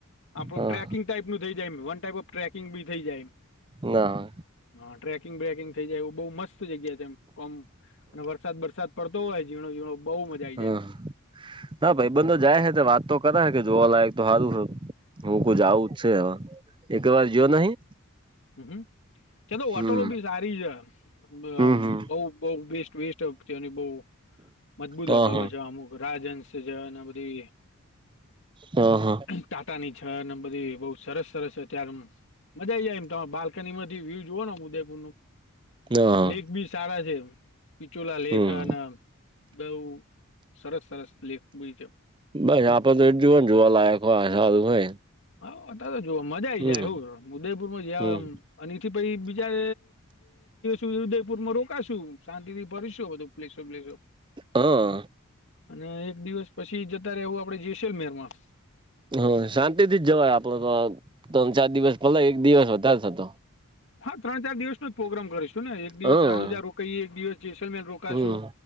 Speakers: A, on the left; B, on the right.
A: આપણું
B: હા
A: ટ્રેકિંગ ટાઈપ નું થઈ. વન ટાઈપ ઓફ ટ્રેકિંગ બી થઈ જાય એમ.
B: ના
A: હ ટ્રેકિંગ બ્રેકિંગ થઇ જાય, એવું બહુ મસ્ત જગ્યા તેમ કોમ અને વરસાદ બરસાદ પડતો હોય ઝીણો ઝીણો બહુ મજા
B: હા
A: આવી જાય.
B: ના ભાઈ બંધ જાય છે વાત તો કરે જોવા લયક તો સારુંહ હું
A: હમ
B: કો જઉું જ છે એક વાર જયો નહી?
A: હુહુ ચલો
B: હમ
A: ઓટલો બી સારી હ બહ
B: હમ હમ
A: બહુ બહુ બેસ્ટ વેસ્ટ <inaudible> મજબૂત હોટલો
B: હા હા
A: છે અમુક રાજહંસ છે અને બધી
B: હા હા
A: ટાટા ની છે અને બધી બહ સરસ સરસ છે ત્યારે મજા આઈ જાય મારી બાલ્કનીમાંથી વ્યુ જોવોનુ ઉદયપુર નું
B: હા હા
A: લેક બી સારા છે. પિચુલા લેખ
B: હમ
A: અને બઉુ સરસ. સરસ લેખ બી છે.
B: બસ આપડ તો એ જો જોવા લાયક હોય.
A: હા <unintelligible> જો મજા આઈ
B: હમ
A: જાય હું ઉદયપુર માં જયામ
B: હમ
A: અને પછ બીચાર <inaudible> ઉદયપુર માં રોકાશું શાંતિ થી ફરશું બધું પ્લેસો પલેસો.
B: હા
A: અને એક દિવસ પછી જતા રહેવું આપડે જેસલમેર માં.
B: હ શાંતિ થી જ જવાય આપડો તો ત્રણ ચાર દિવસ ભલે એક દિવસ વધારે જતો.
A: હા ત્રણ ચાર દિવસનો જ પ્રોગ્રામ કરીશું ને એક દિવસ
B: હા
A: રણુજા રોકાઈએ એક દિવસ જેસલમેલ રોકાશું
B: હમ